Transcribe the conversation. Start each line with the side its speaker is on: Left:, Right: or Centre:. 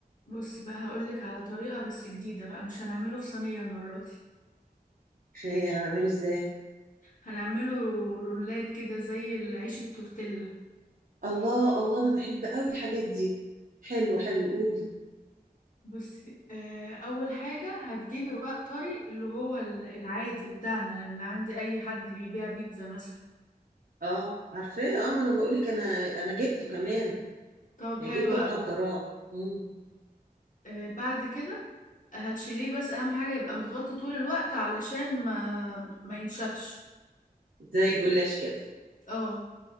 Left: بصي بقى هقولك على طريقة بس جديدة بقى مش هنعمله في صينية المرة دي
Right: خير هنعمله ازاي
Left: هنعمله رولات كده زي العيش التورتيلا
Right: الله الله انا بحب قوي الحاجات دي حلو حلو قولي
Left: بصي آه أول حاجة هتجيبي رقاق طري اللي هو ال- العادي بتاعنا من عند أي حد بيبيع بيتزا مثلا
Right: اه عارفاه اه ما انا بقول لك انا انا جبته كمان
Left: طب
Right: يعني
Left: حلو
Right: جبته
Left: أوي
Right: محضراه امم
Left: آه بعد كده هتشيليه بس أهم حاجة يبقى متغطي طول الوقت علشان ما ما ينشفش
Right: زي الجلاش كده
Left: اه